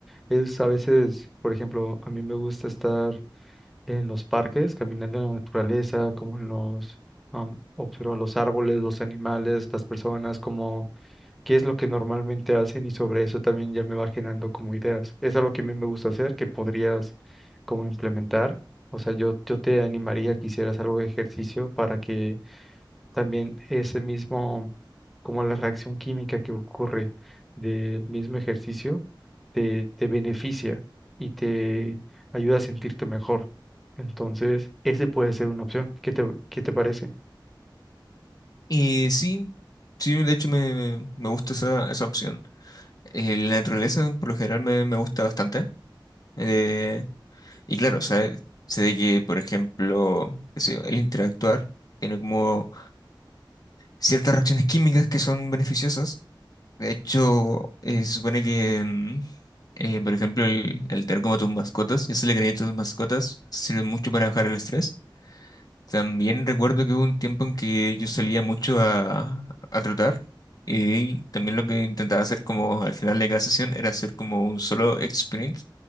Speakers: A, in the centre; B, on the left.
A: Es a veces, por ejemplo, a mí me gusta estar en los parques, caminando en la naturaleza, como en los, um, observar los árboles, los animales, las personas, como qué es lo que normalmente hacen y sobre eso también ya me va generando como ideas. Es algo que a mí me gusta hacer, que podrías como implementar. O sea, yo, yo te animaría que hicieras algo de ejercicio para que también ese mismo, como la reacción química que ocurre del mismo ejercicio, te, te beneficia y te ayuda a sentirte mejor. Entonces, ese puede ser una opción. ¿Qué te, qué te parece?
B: Y sí, sí, de hecho me, me gusta esa, esa opción. Eh, la naturaleza por lo general me, me gusta bastante. Eh, y claro, o sea, sé de que, por ejemplo, qué sé yo, el interactuar tiene como ciertas reacciones químicas que son beneficiosas. De hecho, eh, se supone que, mm, eh, por ejemplo, el, el tener como tus mascotas, ese le cariño a tus mascotas, sirve mucho para bajar el estrés. También recuerdo que hubo un tiempo en que yo salía mucho a, a trotar y también lo que intentaba hacer como al final de cada sesión era hacer como un solo sprint